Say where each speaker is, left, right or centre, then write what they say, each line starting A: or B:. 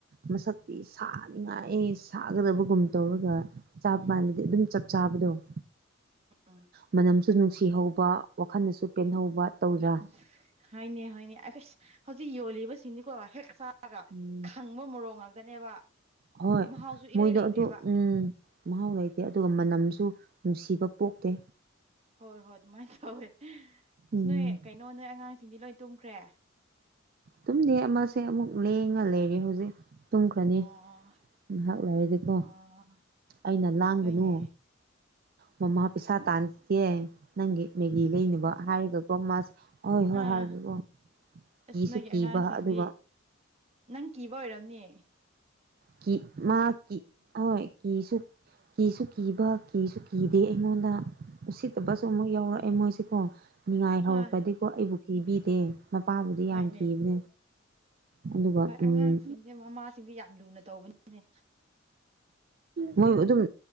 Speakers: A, on the right; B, on the right.
A: ꯃꯁꯛꯇꯤ ꯁꯥꯅꯤꯡꯉꯥꯏ ꯁꯥꯒꯗꯕꯒꯨꯝ ꯇꯧꯔꯒ ꯆꯥꯄꯥꯟꯗꯗꯤ
B: ꯎꯝ
A: ꯑꯗꯨꯝ ꯆ ꯆꯥꯕꯗꯣ
B: ꯎꯝ
A: ꯃꯅꯝꯁꯨ ꯅꯨꯡꯁꯤꯍꯧꯕ ꯋꯥꯈꯜꯅꯁꯨ ꯄꯦꯟꯍꯧꯕ ꯇꯧꯗ꯭ꯔꯥ
B: ꯎ ꯍꯣꯏꯅꯦ ꯍꯣꯏꯅꯦ ꯑꯩ ꯍꯧꯖꯤꯛ ꯌꯣꯜꯂꯤꯕꯁꯤꯡꯅꯤꯀꯣ ꯍꯦꯛ ꯆꯥ ꯕꯒ
A: ꯎꯝ
B: ꯈꯪꯕ ꯃꯣꯔꯣꯛ ꯉꯥꯛꯇꯅꯦꯕ
A: ꯍꯣꯏ
B: ꯃꯍꯥꯎꯁꯨ ꯏꯔꯩ
A: ꯃꯣꯏꯗꯣ
B: ꯂꯩꯇꯦꯕ
A: ꯑꯗꯨ ꯎꯝ ꯃꯍꯥꯎ ꯂꯩꯇꯦ ꯑꯗꯨꯒ ꯃꯅꯝꯁꯨ ꯅꯨꯡꯁꯤꯕ ꯄꯣꯛꯇꯦ
B: ꯍꯣꯏ ꯍꯣꯏ ꯑꯗꯨꯃꯥꯏꯅ ꯇꯧꯋꯦ ꯑꯁ
A: ꯎꯝ
B: ꯅꯣꯏ ꯀꯩꯅꯣ ꯅꯣꯏ ꯑꯉꯥꯡꯁꯤꯡꯗꯤ ꯂꯣꯏ ꯇꯨꯝꯈ꯭ꯔꯦ
A: ꯇꯨꯝꯗꯦ ꯑꯃꯁꯦ ꯑꯃꯨꯛ ꯂꯦꯡꯉ ꯂꯩꯔꯦ ꯍꯧꯖꯤꯛ ꯇꯨꯝꯈ꯭ꯔꯅꯤ
B: ꯑꯣ
A: ꯉꯍꯥꯛ ꯂꯩꯔꯗꯤꯀꯣ
B: ꯑꯣ
A: ꯑꯩꯅ ꯂꯥꯡꯒꯅꯨ
B: ꯍꯣꯏꯅꯦ
A: ꯃꯃꯥ ꯄꯩꯁꯥꯥ ꯇꯥꯥꯟꯈꯤꯒꯦ ꯅꯪꯒꯤ ꯃꯦꯒꯤ ꯂꯩꯅꯕ ꯍꯥꯏꯔꯒꯀꯣ ꯃꯥꯁꯦ ꯑꯍꯣꯏ ꯍꯣꯏ
B: ꯑꯥ
A: ꯍꯥꯏꯔꯒꯀꯣ ꯀꯤꯁꯨ
B: ꯑꯁ ꯅꯣꯏꯒꯤ
A: ꯀꯤꯕ
B: ꯑꯉꯥꯡꯁꯤꯡꯗꯤ
A: ꯑꯗꯨꯒ
B: ꯅꯪ ꯀꯤꯕ ꯑꯣꯏꯔꯝꯅꯦ
A: ꯀꯤ ꯃꯥ ꯀꯤ ꯍꯣꯏ ꯀꯤꯁꯨ ꯀꯤꯕ ꯀꯤꯁꯨ ꯀꯤ ꯗꯤ ꯑꯩꯉꯣꯟꯗ ꯎꯁꯤꯠꯇꯕꯁꯨ ꯑꯃꯨꯛ ꯌꯥꯎꯔꯛꯑꯦ ꯃꯣꯏꯁꯤꯀꯣ ꯉꯥꯏꯍꯧꯔꯛꯄꯗꯤꯀꯣ
B: ꯍꯣꯏ
A: ꯑꯩꯕꯨ ꯀꯤꯕꯤꯗꯦ ꯃꯄꯥꯕꯨꯗꯤ
B: ꯍꯣꯏꯅꯦ
A: ꯌꯥꯝ ꯀꯤꯕꯅꯦ ꯑꯗꯨꯒ
B: ꯍꯣꯏ
A: ꯎꯝ
B: ꯑꯉꯥꯡꯁꯤꯡꯁꯦ ꯃꯃꯥꯁꯤꯡꯁꯦ ꯌꯥꯝ ꯂꯨꯅ ꯇꯧꯕꯅꯤꯅꯦ
A: ꯃꯣꯏꯕꯨ ꯑꯗꯨꯝ